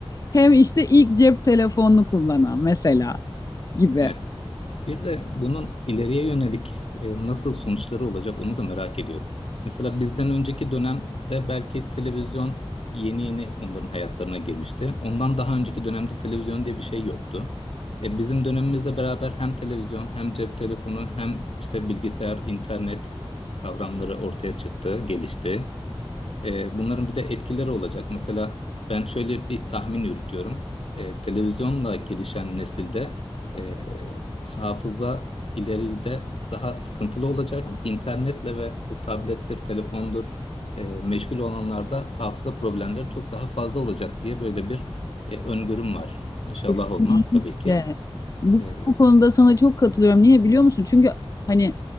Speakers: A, on the left; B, on the left.
A: hem işte ilk cep telefonunu kullanan mesela gibi.
B: Evet. Bir de bunun ileriye yönelik e, nasıl sonuçları olacak onu da merak ediyorum. Mesela bizden önceki dönemde belki televizyon yeni yeni onların hayatlarına girmişti. Ondan daha önceki dönemde televizyon diye bir şey yoktu. E, bizim dönemimizle beraber hem televizyon hem cep telefonu hem işte bilgisayar, internet kavramları ortaya çıktı, gelişti. E, bunların bir de etkileri olacak. Mesela ben şöyle bir tahmin yürütüyorum. E, televizyonla gelişen nesilde e, hafıza ileride daha sıkıntılı olacak. İnternetle ve bu tablettir, telefondur e, meşgul olanlarda hafıza problemleri çok daha fazla olacak diye böyle bir e, öngörüm var. İnşallah
A: Kesinlikle.
B: olmaz tabii ki.
A: Bu,
B: E,
A: bu konuda sana çok katılıyorum. Niye biliyor musun? Çünkü hani